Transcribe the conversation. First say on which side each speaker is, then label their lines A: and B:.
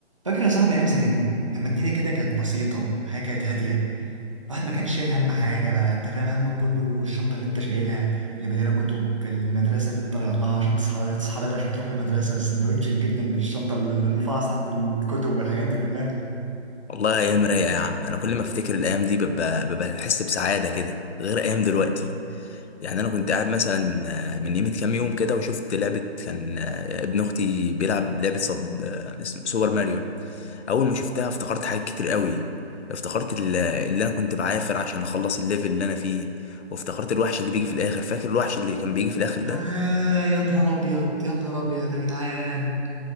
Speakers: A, on the right; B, on the left.
A: فاكر يا صاحبي ايام زمان لما الدنيا كده كانت بسيطه حياه كانت هاديه الواحد ما كانش شايل هم حاجه بقى انت فاهم همك كله الشنطه اللي انت شايلها اللي مليانه كتب المدرسه اللي انت رايح لها عشان تصحى تصحى بدري عشان تروح المدرسه سندوتش الجبنه اللي في الشنطه اللي اللي رفعها تحت الكتب والحاجات دي كلها
B: والله ايام رايقه يا عم انا كل ما افتكر الايام دي ببقى ببقى بحس بسعاده كده غير ايام دلوقتي يعني انا كنت قاعد مثلا آه، من يمه كام يوم كده وشفت لعبه كان آه، ابن اختي بيلعب لعبه صب آه، اسم- سوبر ماريو اول ما شفتها افتكرت حاجات كتير قوي افتكرت ال- اللي انا كنت بعافر عشان اخلص الليفل اللي انا فيه وافتكرت الوحش اللي بيجي في الاخر فاكر الوحش اللي كان بيجي في الاخر
A: آه
B: ده
A: يا نهار ابيض يا نهار ابيض يا جدعان